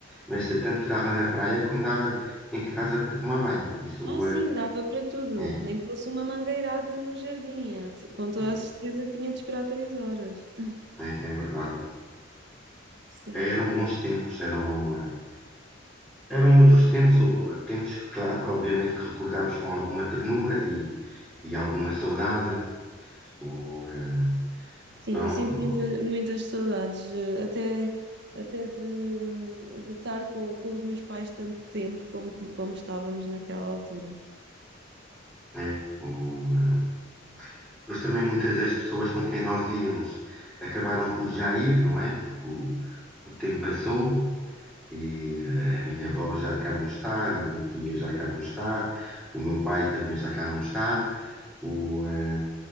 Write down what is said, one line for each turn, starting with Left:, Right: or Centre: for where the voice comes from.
Centre: mas tanto dava na praia como dava em casa para tomar banho. Isso
Right: Ah, sim,
Centre: eh,
Right: dava para tudo,
Centre: é,
Right: nem que fosse uma mangueirada no jardim, eh, com toda
Centre: é,
Right: a certeza que tinha de esperar três horas. <laughs>
Centre: é, é verdade.
Right: Sim,
Centre: Eram bons tempos, eram. eh, Eram outros tempos, ou- ou tempos que, claro, que obviamente que recordamos com alguma ternura e, e alguma saudade. O, eh,
Right: Sim,
Centre: pronto,
Right: eu sinto muita- muitas saudades, eh, até, até de, hum, de estar com, com os meus pais tanto tempo como, como estávamos naquela altura.
Centre: é, o, eh, mas também muitas das pessoas com quem nós íamos acabaram por já ir, não é? Porque o, o tempo passou e eh, a minha avó já cá não está, a minha tia já cá não está, o meu pai também já cá não está. O, eh,